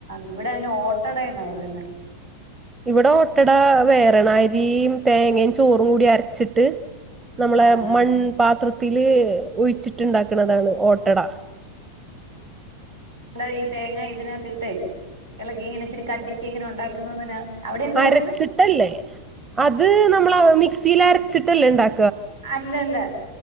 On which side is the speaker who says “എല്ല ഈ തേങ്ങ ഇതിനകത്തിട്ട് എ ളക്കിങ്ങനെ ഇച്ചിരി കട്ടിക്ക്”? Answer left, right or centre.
Right